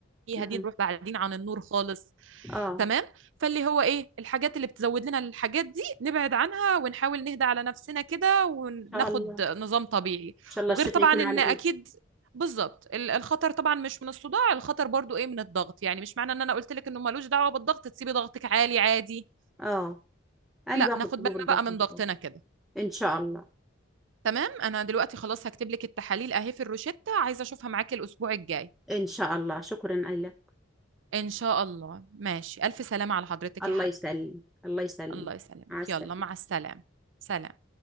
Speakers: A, on the right (about 65°); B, in the centre.
A: فيها
B: مم.
A: دي نروح بعدين عن النور خالص
B: اه ان
A: تمام فاللي هو ايه الحاجات اللي بتزود لنا الحاجات نبعد عنها ونحاول نهدى على نفسنا كده وناخد
B: شاء الله ان
A: نظام طبيعي
B: شاء الله
A: وغير
B: الشفاء
A: طبعا
B: يكون على
A: ان اكيد
B: ايه
A: بالظبط ال- الخطر طبعا مش من الصداع الخطر برضو ايه من الضغط يعني مش معنى ان انا قلت لك انه ملوش دعوة بالضغط تسيبي ضغطك عالي عادي
B: اه انا
A: لا
B: باخد
A: ناخد
B: حبوب
A: بالنا
B: الضغط
A: بقى من
B: ان شاء
A: ضغطنا
B: الله
A: كده
B: ان شاء الله
A: تمام انا دلوقتي خلاص هكتب لك التحاليل اهي في الروشتة عايزة اشوفها معاكي الاسبوع الجاي
B: ان شاء الله شكرا لك
A: ان شاء الله ماشي الف سلامة على حضرتك
B: الله
A: يا حاج
B: يسلم الله يسلم
A: الله يسلمك
B: مع السلامة
A: يلا مع السلامة سلام